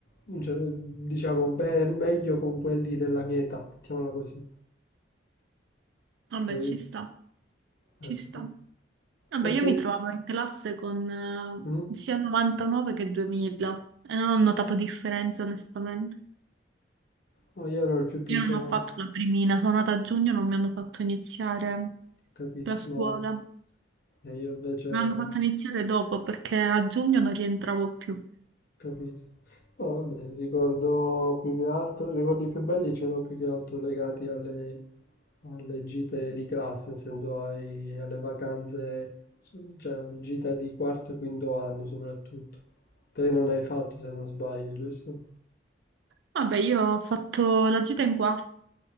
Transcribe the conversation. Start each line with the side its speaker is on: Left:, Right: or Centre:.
Left: in cer- diciamo, bene, meglio con quelli della mia età, mettiamola così,
Right: Vabbè,
Left: capito?
Right: ci sta, ci
Left: Eh, Perché
Right: sta. Vabbè,
Left: perché
Right: io mi trovavo in classe con
Left: Mh?
Right: eh, sia 99 che 2000 e non ho notato differenza, onestamente.
Left: No, io ero il più piccolo,
Right: Io non ho fatto
Left: ho
Right: la primina, sono nata a giugno, non mi hanno fatto iniziare
Left: capito,
Right: la scuola.
Left: no, e io invece
Right: Mi
Left: ho
Right: hanno fatto iniziare dopo perché a giugno non rientravo più.
Left: capito. No, vabbè, ricordo più che altro, i ricordi più belli ce l'ho più che altro legati alle, alle gite di classe, nel senso ai- alle vacanze, su- cioè alle gite di quarto e quinto anno soprattutto. Te non hai fatto se non sbaglio, giusto?
Right: Vabbè, io ho fatto la gita in quarto,